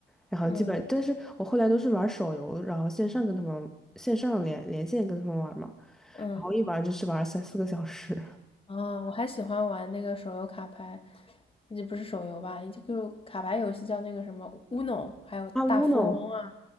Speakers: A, in the centre; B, on the left.
A: 然后基本，
B: 嗯
A: 但是我后来都是玩手游，然后线上跟他们线上连连线跟他们玩嘛，
B: 嗯。
A: 然后一玩就是玩三四个小时。
B: 啊，我还喜欢玩那个手游卡牌，这不是手游吧？也就卡牌游戏叫那个什么 Uno，还有大富翁啊
A: 啊，Uno，